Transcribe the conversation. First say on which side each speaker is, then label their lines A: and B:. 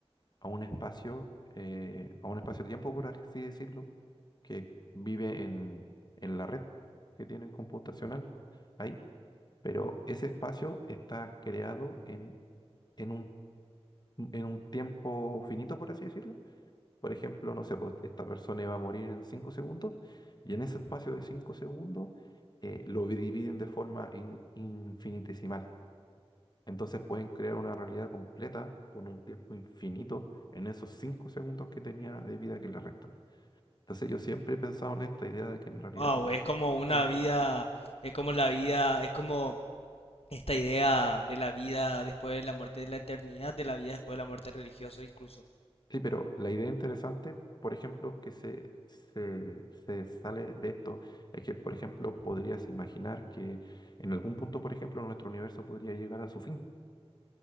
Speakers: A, on the left (about 45°); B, on the left (about 70°).
A: a un espacio, eh, a un espacio-tiempo, por así decirlo, que vive en, en la red que tienen computacional ahí, pero ese espacio está creado en, en un, en un tiempo finito, por así decirlo. Por ejemplo, no sé, pues, esta persona iba a morir en 5 segundos y en ese espacio de 5 segundos eh, lo dividen de forma in- infinitesimal. Entonces pueden crear una realidad completa con un tiempo infinito en esos 5 segundos que tenía de vida que le restan. Entonces yo siempre he pensado en esta idea de que en realidad...
B: Wow,
A: por ej-
B: es como una
A: Sí,
B: vida, es como la vida, es como esta idea de la vida después de la muerte, de la eternidad, de la vida después de la muerte religiosa incluso.
A: sí, pero la idea interesante, por ejemplo, que se, se, se sale de esto es que, por ejemplo, podrías imaginar que en algún punto, por ejemplo, nuestro universo podría llegar a su fin,